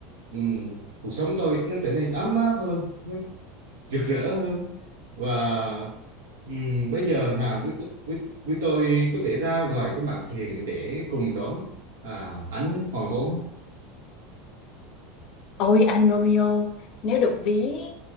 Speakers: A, on the right (about 65°); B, on the left (about 45°).
A: ừm, cuộc sống tôi nó trở nên ấm áp hơn rực rỡ hơn và ừm, bây giờ nàng với, t- với với tôi có thể ra ngoài cái mạn thuyền để cùng đón à, ánh hoàng hôn
B: Ôi anh Romeo, nếu được ví